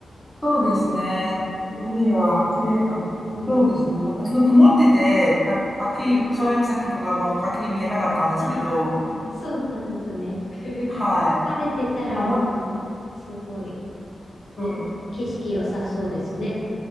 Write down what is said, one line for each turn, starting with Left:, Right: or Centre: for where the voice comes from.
Centre: そうですね。
Left: ね
Centre: 海は綺麗か、
Left: うん。
Centre: そうですね。なんかちょっと曇ってて、た、はっきり、
Left: あ
Centre: 宗谷岬とかもはっきり見えなかったんですけど、
Left: ーああ、そうなんですね。<laughs>
Centre: はい。
Left: 晴れてたらもう、
Centre: でもも、
Left: すごい、み、
Centre: はい
Left: 景色良さそうですね。